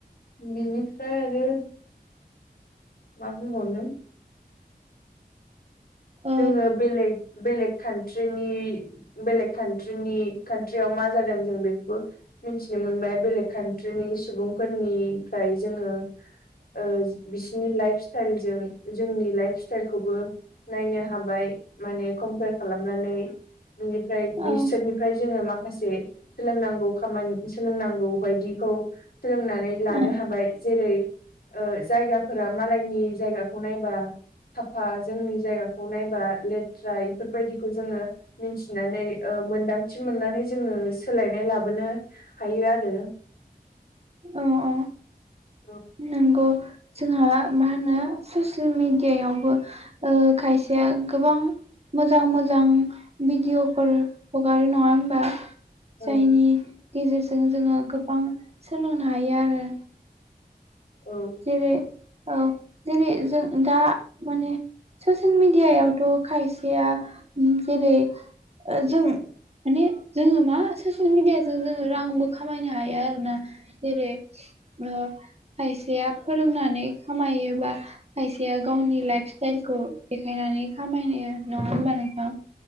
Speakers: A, on the left; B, on the right.
A: बिनिफ्राय आरो मा बुंबावनो
B: औ
A: जोङो बेलेग बेलेग कान्ट्रिनि बेलेग कान्ट्रिनि कान्ट्रियाव मा जादों जों बेखौबो मिथिनो मोनबाय बेलेक कान्ट्रिनि सुबुंफोरनिफ्राय जोङो ओ बिसिनि लाइफ स्टाइलजों जोंनि लाइफ स्टाइलखौबो नायनो हाबाय। माने कम्पेयार खालामनानै बिनिफ्राय
B: औ
A: बिसोरनि फ्राय जोङो माखासे सोलोंनांगौ खामानि सोलोंनांगौ बायदिखौ सोलोंनानै लानो
B: औ
A: हाबाय। जेरै ओ जायगाफोरा मालायनि जायगाखौ नायबा साफा जोंनि जायगाखौ नायबा लेथ्रा इफोरबायदिखौ जोङो मिथिनानै ओ मोनदांथि मोननानै जोङो सोलायनाय लाबोनो हायो आरो।
B: ओ अ।
A: औ
B: नोंगौ जोंहा मा होनो ससियेल मेडियायावबो ओ खायसेया गोबां मोजां मोजां भिडिअ'फोर हगारो नङा होमबा?
A: औ
B: जायनि गेजेरजों जोङो गोबां सोलोंनो हायो आरो।
A: औ।
B: जेरै औ जेरै जों दा माने ससियेल मिडियायावथ' खायसेया उम जेरै जों माने जोङो मा ससियेल मिडियाजों जोङो रांबो खामायनो हायो आरोना। जेरै ओ खायसेया फोरोंनानै खामायोबा खायसेया गावनि लाइफ स्टाइलखौ देखायनानै खामायो, नङा होमबा नोंथां?